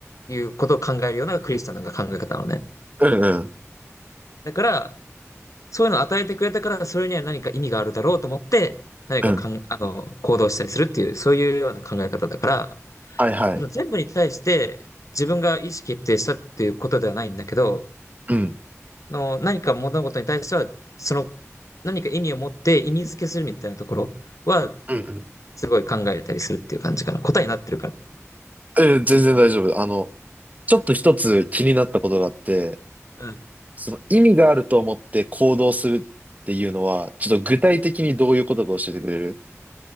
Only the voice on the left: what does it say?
いうことを考えるようなクリスチャンの考え方なのね。
だから、そういうのを与えてくれたから、それには何か意味があるだろうと思って、何かかん、
あの、行動したりするっていう、そういうような考え方だから、
その全部に対して自分が意思決定したっていうことではないんだけど、
あの、何か物事に対しては、その、何か意味を持って意味付けするみたいなところは、
すごい考えたりするっていう感じかな。答えになってるから。
うん。